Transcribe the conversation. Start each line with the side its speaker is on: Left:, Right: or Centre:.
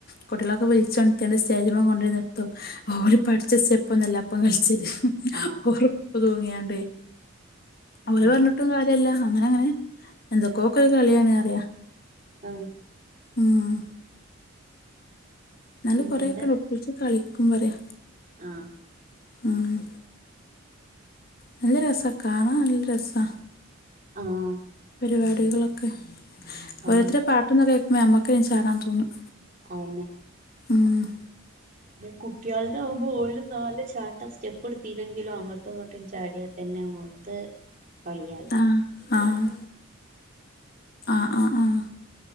Left: കുട്ട്യളൊക്കെ വ്ള്ച്ചോണ്ത്തിയാണ്ട് സ്റ്റേജ്മെ കൊ നിർത്തും ഓര് പഠിച്ച സ്റ്റെപ് ഒന്നുല്ല അപ്പം കൾച്ചല്
Right: ആഹ്
Left: ഓർ ക്ക് തൂങ്ങിയാണ്ടേ ഓലെ
Right: ആഹ്
Left: പർഞ്ഞ്ട്ടും കാര്യല്ല അങ്ങനെ ങ്ങനെ എന്തക്കൊക്കെ കളിയാണ് അറിയ
Right: ആഹ്
Left: ആഹ് ന്നാലും
Right: പിന്നെ
Left: കൊറെക്കെ പ്പിച്ചു കളിക്കും പറ്യ.
Right: ആഹ്
Left: ആഹ് നല്ല രസ കാണാ നല്ല രസാ
Right: ആഹ്
Left: പരിപാടികളൊക്കെ ഓരോര്ത്തരെ
Right: ആഹ്
Left: പാട്ടൊന്നു കേക്കുമ്പോ ഞമ്മക്കെന്നെ ചാടാൻ തോന്നും.
Right: അഹന്നെ
Left: ആഹ്
Right: <unintelligible> കുട്ട്യാളത് ആവുമ്പോ ഓല് നാല് ചാട്ടം സ്റ്റെപ്പ് എട്ത്തില്ലെങ്കിലും അങ്ങട്ടും ങ്ങ ട്ടും ചാടിയാ തന്നെ ഓൽത് കളിയായി.
Left: ആഹ് ആഹ് ആഹ് ആഹ് ആഹ്